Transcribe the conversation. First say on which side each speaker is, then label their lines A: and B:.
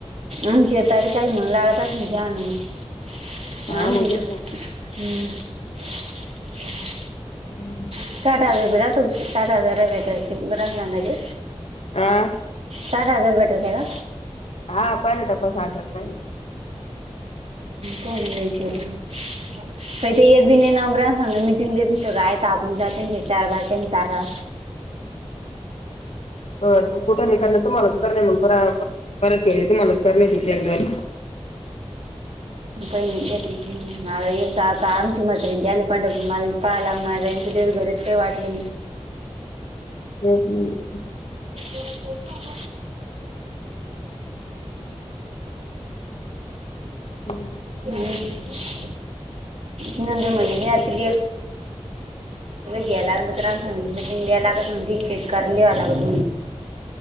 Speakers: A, on the right; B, on the left.
A: आमचे तारीख <unintelligible> मा
B: हा मग
A: भेत
B: तेच ना
A: हम्म <inaudible>
B: हम.
A: साठ हजार रुपये राहतो. साठ हजार <unintelligible> सांगाचे.
B: आं
A: सात हजार भेटत्या का?
B: हा पहिले <unintelligible> सारखं नाही.
A: काण घयच्या का ते येत बी नाही नोकऱां सांगून मिटिंग देत नाहीो आपण जात त्यांच्या चार बाार त्यांचे दारा
B: कुठे नाही करण तुमला कर नाही मग परत याे तुम्हालाच कर नाही तच्या एकगव
A: अ इ तामच मत पण मला पाहाला मला राईल तेच घरीच काही वाटले नाही
B: हम् हम्
A: त
B: हम्म
A: ह नंतर म एकण गलात ग्रम स गलात चे काडीलागत